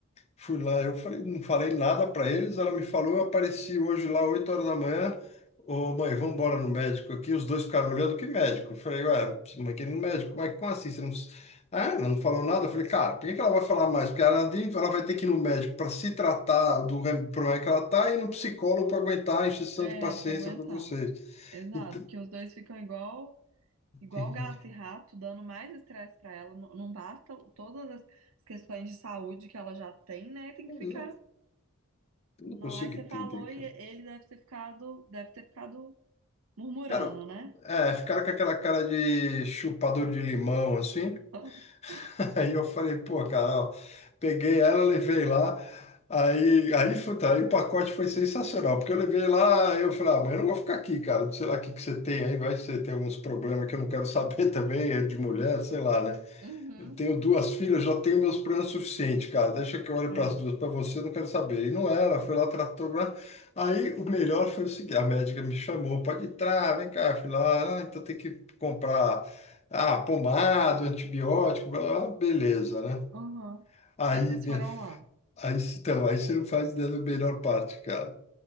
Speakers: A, on the left; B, on the right.
A: Fui lá, eu falei, não falei nada para eles. Ela me falou, eu apareci hoje lá 8 horas da manhã. Ô, mãe, vamos embora no médico aqui. Os dois ficaram olhando, que médico? Eu falei, ué, mãe, que no médico? Mas como assim? Você não... Ah, ela não falou nada? Eu falei, cara, por que que ela vai falar mais? Porque ela, tem- ela vai ter que ir no médico para se tratar do re- problema que ela tá e no psicólogo para aguentar a injeção
B: É,
A: de paciência
B: pra aguentar.
A: para vocês.
B: Exato,
A: Então,
B: porque os dois ficam igual, igual
A: <laughs>
B: gato e rato, dando mais estresse pra ela. Não, não basta todas as as questões de saúde que ela já tem, né? E tem
A: pois
B: que ficar.
A: é, eu não
B: Não,
A: consigo
B: aí você
A: entender,
B: falou
A: cara.
B: e ele deve ter ficado, deve ter ficado murmurando,
A: Cara,
B: né?
A: é, ficaram com aquela cara de chupador de limão, assim.
B: <laughs>
A: <laughs> Aí eu falei, pô, cara, ó, peguei ela, levei lá. Aí, aí, puta, aí o pacote foi sensacional, porque eu levei lá, aí eu falei, ah, mas eu não vou ficar aqui, cara, não sei lá o que que você tem aí, vai que você tem alguns problemas que eu não quero saber <laughs> também, é de mulher, sei lá, né?
B: Uhum.
A: Eu tenho duas filhas, já tenho meus planos suficientes, cara. Deixa que eu olhe
B: É.
A: para as duas, para você, eu não quero saber. E não era, foi lá, tratou. blá. Aí o melhor foi o seguinte: a médica me chamou, pode entrar, vem cá, filha. Ah, então tem que comprar ah, pomada, antibiótico, blá, blá, blá. beleza, né?
B: Uhum.
A: Aí,
B: Aí vocês
A: minha,
B: foram lá.
A: aí, então, aí você não faz ideia da melhor parte, cara.